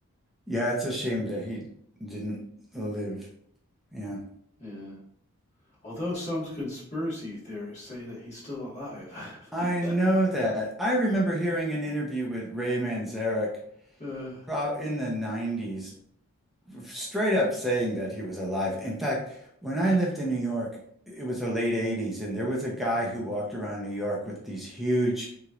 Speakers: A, in the centre; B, on the left.
A: Yeah, it's a shame that he didn't live. Yeah,
B: yeah, although some conspiracy theorists say that he's still alive.
A: I
B: <laughs>
A: know that. I remember hearing an interview with Ray Manzarek
B: Uh,
A: prob in the 90s straight up saying that he was alive. In fact, when I lived in New York, it was the late 80s, and there was a guy who walked around New York with these huge,